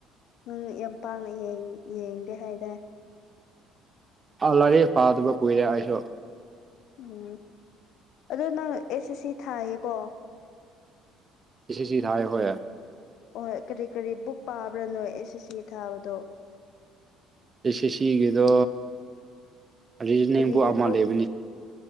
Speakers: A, on the left; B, on the right.
A: ꯅꯪ ꯌꯥꯝ ꯄꯥꯛꯅ ꯌꯦꯡꯗꯦ ꯍꯥꯏꯇꯥꯔꯦ
B: ꯑꯥ ꯂꯥꯏꯔꯤ ꯄꯥꯗꯕ ꯀꯨꯏꯔꯦ ꯑꯩꯁꯨ
A: ꯎꯝ ꯑꯗꯣ ꯅꯪ ꯑꯦꯁ ꯑꯦꯁ ꯁꯤ ꯊꯥꯏꯌꯦꯀꯣ
B: ꯁꯤꯁꯤ ꯆ ꯊꯥꯑ ꯍꯌꯦꯦ
A: ꯑꯣꯏ ꯀꯔꯤ ꯀꯔꯤ ꯕꯨꯛ ꯄꯥꯕ꯭ꯔꯅꯣ ꯑꯦꯁ ꯑꯦꯁ ꯁꯤ ꯊꯥꯕꯗꯣ
B: ꯑꯦꯁ ꯑꯥꯦꯁꯁꯤꯒꯤꯗꯣ ꯔꯤꯖꯅꯤꯡꯕꯨ
A: ꯀꯔꯤꯒꯤ
B: ꯑꯃ
A: ꯕꯨꯛ
B: ꯂꯩꯕꯅꯤ